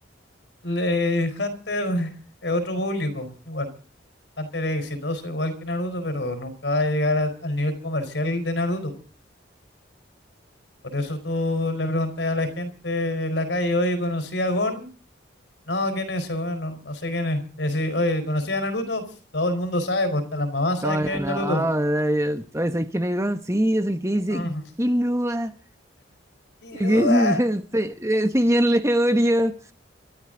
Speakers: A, on the left; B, on the right.
A: le, Hunter <laughs> es otro público. Igual, Hunter es exitoso igual que Naruto, pero nunca va a llegar a- al nivel comercial de Naruto. Por eso tú le preguntas a la gente en la calle, oye, ¿conocí a Gon? No, ¿quién es ese? Bueno, no, no sé quién es. Le decís, oye, ¿conocí a Naruto? Pf, todo el mundo sabe, pues hasta las mamás saben
B: Como
A: quién
B: que
A: es
B: no,
A: Naruto,
B: eh, eh, ¿sabes quién es el weón? Sí, es el que dice,
A: pues. <laughs> Ujú.
B: ¿qué luba?
A: Killua.
B: ¿Qué dice <laughs> se- se- eh, señor Leorio?